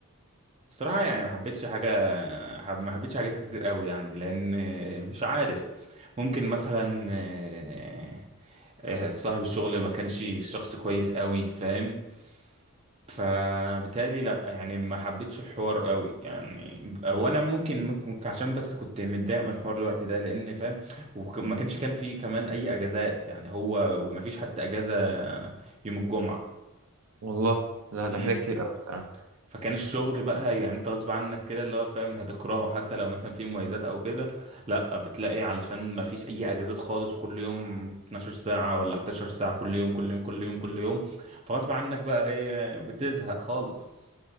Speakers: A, on the right; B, on the right.
A: الصراحة يعني ما حبيتش حاجة حب ما حبيتش حاجات كتير قوي يعني لأن مش عارف ممكن مثلا آه، آه، صاحب الشغل ما كانش شخص كويس قوي فاهم فبالتالي لا يعني ما حبيتش الحوار قوي يعني هو انا ممكن ممكن عشان بس كنت متضايق من حوار الوقت ده لان فاهم وما كانش كان في كمان اي اجازات يعني هو وما فيش حتى اجازة يوم الجمعة
B: والله لا ده
A: مم.
B: كده كتير قوي الصراحه
A: فكان الشغل بقى يعني انت غصب عنك كده اللي هو فاهم هتكرهه حتى لو مثلا في مميزات او كده لا بتلاقي علشان ما فيش اي اجازات خالص وكل يوم 12 ساعة ولا 11 ساعة كل يوم كل يوم كل يوم كل يوم فغصب عنك بقى ايه بتزهق خالص